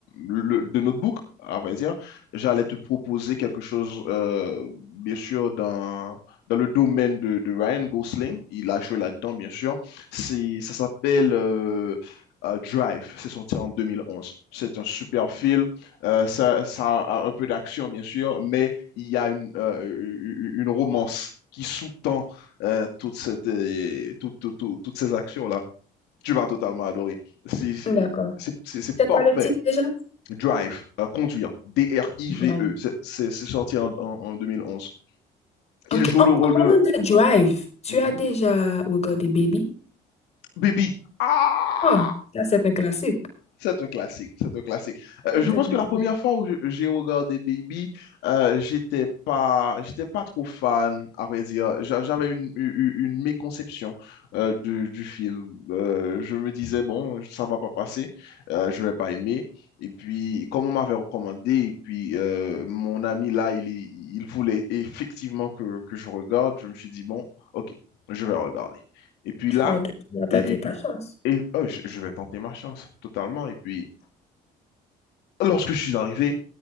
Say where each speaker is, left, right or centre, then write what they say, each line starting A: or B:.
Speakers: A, on the left; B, on the left.
A: le, The Notebook, à vrai dire, j'allais te proposer quelque chose, euh, bien sûr, dans, dans le domaine de, de Ryan Gosling. Il a joué là-dedans, bien sûr. C'est, ça s'appelle euh, euh, Drive. C'est sorti en 2011. C'est un super film. Euh, ça, ça a un peu d'action, bien sûr, mais il y a une, euh, une romance qui sous-tend euh, toute cette, euh, tout- tout- tout- toutes ces actions-là. Tu vas totalement adorer. C'est c'est-
B: D'accord.
A: c'est- c'est- c'est
B: C'est
A: parfait.
B: quoi le titre déjà?
A: Drive, euh, conduire, D-R-I-V-E,
B: Drive.
A: c'est c'est- c'est sorti en, en- en 2011. Il
B: Ok,
A: joue
B: en,
A: le rôle
B: en parlant
A: de
B: de Drive, tu
A: Mhm.
B: as déjà regardé Baby?
A: Baby. Ah!
B: Oh, ça c'est un classique.
A: C'est un classique, c'est un classique. Euh,
B: C'est
A: je
B: un
A: pense
B: classique.
A: que la première fois où je- j'ai regardé Baby, euh, j'étais pas, j'étais pas trop fan, à vrai dire. J'a- J'avais une, une, une méconception euh, du, du film. Euh, je me disais, bon, ça va pas passer, euh, je vais pas aimer. Et puis, comme on m'avait recommandé, et puis euh, mon ami là, il, est- il voulait effectivement que, que je regarde, je me suis dit, bon, ok, je vais regarder. Et puis
B: Tu
A: là,
B: vas, tu vas tenter
A: et, et puis,
B: ta chance.
A: et, oh, je, je vais tenter ma chance totalement. Et puis, Lorsque je suis arrivé,